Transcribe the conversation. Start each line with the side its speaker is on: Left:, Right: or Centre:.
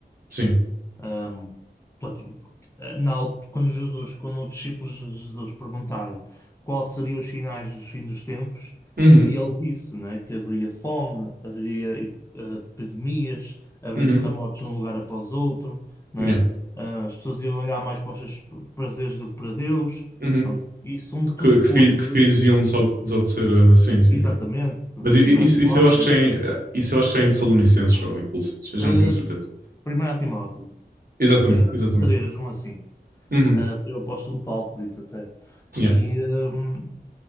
Right: Sim.
Left: Ahm, portanto, ah, na altu- quando Jesus, quando os discípulos de Jesus perguntaram quais seriam os sinais dos fins dos tempos,
Right: Uhum.
Left: e ele disse, né, que haveria fome, haveria eh, epidemias, haveria
Right: Uhum.
Left: terremotos de um lugar após outro, né?
Right: Yeah.
Left: Ah, as pessoas iam olhar mais para os seus prazeres do que para Deus.
Right: Uhum.
Left: Portanto, e são tudo
Right: Que, que,
Left: coisas,
Right: filho- que filhos iam desob- desobedecer a... Sim, sim,
Left: exatamente,
Right: sim.
Left: portanto,
Right: Mas
Left: em
Right: i-
Left: primeiro
Right: i- isso,
Left: Timóteo,
Right: isso eu acho que
Left: isso,
Right: já é, em- isso eu acho que já é em Tessalonicenses ou em Colossenses. Eu já
Left: eh,
Right: não tenho certeza.
Left: 1 Timóteo,
Right: Exatamente,
Left: se não tenho errado,
Right: exatamente.
Left: 3, um assim.
Right: Uhum.
Left: Ah, eu posto um palco disso até.
Right: Yeah.
Left: E, hum,